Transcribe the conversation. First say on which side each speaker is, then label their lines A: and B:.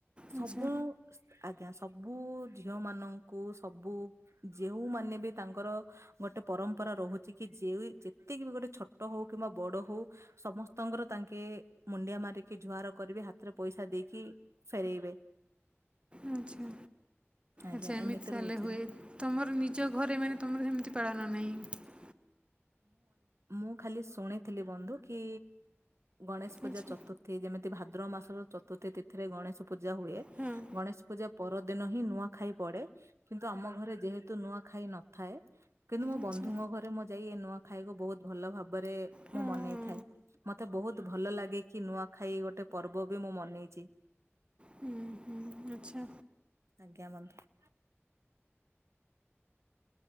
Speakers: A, on the right; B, on the right.
A: ଆଚ୍ଛା
B: ସବୁ। ଆଜ୍ଞା ସବୁ ଝିଅ ମାନଙ୍କୁ ସବୁ ଯେଉଁମାନେ ବି ତାଙ୍କର ଗୋଟେ ପରମ୍ପରା ରହୁଛି କି ଯେ ଯେତିକି ବି ଗୋଟେ ଛୋଟ ହଉ କିମ୍ବା ବଡ଼ ହଉ ସମସ୍ତଙ୍କର ତାଙ୍କେ ଏ ମୁଣ୍ଡିଆ ମାରିକି ଜୁହାର କରିବେ ହାତରେ ପଇସା ଦେଇକି ଫେରେଇବେ।
A: ଆଚ୍ଛା।
B: ଆଜ୍ଞା
A: ଆଚ୍ଛା ଏମିତି ତାହେଲେ
B: ରହୁଛି
A: ହୁଏ ତମର ନିଜ ଘରେ ମାନେ ତମର ସେମିତି ପାଳନ ନାହିଁ।
B: ମୁଁ ଖାଲି ଶୁଣିଥିଲି ବନ୍ଧୁ କି ଗଣେଶ ପୂଜା
A: ଆଚ୍ଛା
B: ଚତୁର୍ଥୀ ଯେମିତି ଭ ଭାଦ୍ରବ ମାସର ଚତୁର୍ଥ ତିଥିରେ ଗଣେଶ ପୂଜା ହୁଏ
A: ହଁ
B: ଗଣେଶ ପୂଜା ପରଦିନ ହିଁ ନୂଆ ଖାଇ ପଡେ କିନ୍ତୁ ଆମ ଘରେ ଯେହେତୁ ନୂଆ ଖାଇ ନଥାଏ କିନ୍ତୁ ମୋ
A: ଆଚ୍ଛା
B: ବନ୍ଧୁଙ୍କ ଘରେ ମ ଯାଇ ଏ ନୂଆ ଖାଇକୁ ବହୁତ ଭଲ ଭାବରେ
A: ହଁ
B: ମୁଁ ମନେଇ
A: ହଁ
B: ଥାଏ ମତେ ବହୁତ ଭଲ ଲାଗେ କି ନୂଆ ଖାଇ ଗୋଟେ ପର୍ବ ବି ମୁଁ ମନେଇଛି।
A: ହୁଁ ହୁଁ। ଆଚ୍ଛା
B: ଆଜ୍ଞା ବନ୍ଧୁ।